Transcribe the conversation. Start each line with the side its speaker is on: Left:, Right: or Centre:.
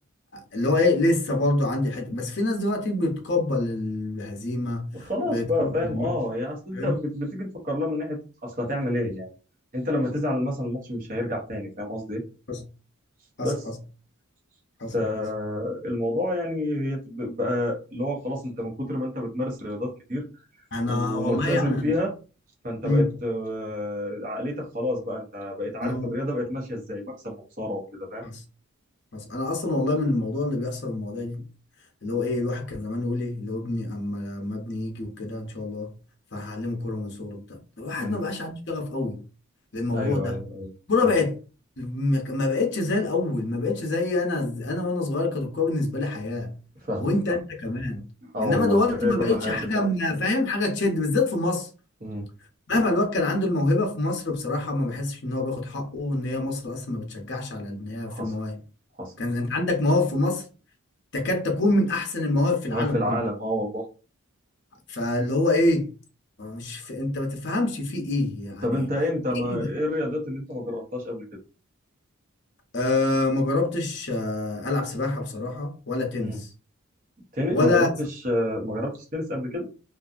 Left: اللي هو ايه لسه برضو عندي حته بس في ناس دلوقتي بتقبل الهزيمة
Right: خلاص
Left: بيتقبل
Right: بقى فاهم
Left: المكسب
Right: اه يعني اصل انت
Left: فاهم؟
Right: بت- بتيجي تفكر لها من ناحيه اصلا تعمل ايه يعني انت لما تزعل مثلا الماتش مش هيرجع تاني فاهم قصدي إيه؟
Left: حصل حصل
Right: بس
Left: حصل حصل
Right: فالموضوع
Left: حصل
Right: يعني هي بقى اللي هو خلاص انت من كتر ما انت بتمارس رياضات كتير
Left: انا
Right: وملتزم
Left: والله يعني
Right: فيها
Left: انا
Right: فانت
Left: امم
Right: بقت آه، عقليتك خلاص بقى انت بقيت عارف
Left: انا
Right: الرياضه بقت ماشيه ازاي مكسب وخساره وكده فاهم
Left: بس بس انا اصلا والله من الموضوع اللي بيحصل المواضيع دي اللي هو ايه الواحد كان زمان يقول لي اللي هو ابني اما لما ابني يجي وكده ان شاء الله فهعلمه كوره من صغره بتاع الواحد
Right: امم
Left: ما بقاش عنده شغف قوي للموضوع
Right: ايوه
Left: ده
Right: ايوه ايوه
Left: الكوره
Right: ايوه
Left: بقت ما ما بقتش زي الاول ما بقتش زي انا انا وانا صغير كانت الكوره بالنسبه لي حياه
Right: فاهمك
Left: وانت
Right: فاهم
Left: انت كمان
Right: اه
Left: انما
Right: والله
Left: دلوقتي
Right: كانت هي
Left: ما
Right: كل
Left: بقتش
Right: حياتي
Left: حاجه
Right: فعلا
Left: من- فاهم حاجه تشد بالذات في مصر
Right: امم
Left: مهما الواد كان عنده الموهبة في مصر بصراحة ما بحسش إن هو بياخد حقه وإن هي مصر أصلا ما بتشجعش على إن هي
Right: حصل
Left: في مواهب
Right: حصل
Left: كان أنت عندك مواهب في مصر تكاد تكون من أحسن المواهب في العالم
Right: ما هي في العالم
Left: كله
Right: اه والله
Left: فاللي هو إيه هو مش ف... أنت ما تفهمش في إيه يعني
Right: طب انت ايه انت ما
Left: إيه
Right: ايه
Left: كده
Right: الرياضات اللي انت ما جربتهاش قبل كده
Left: آه ما جربتش آه ألعب سباحة بصراحة ولا تنس
Right: امم تنس
Left: ولا
Right: ما جربتش آه، ما جربتش تنس قبل كده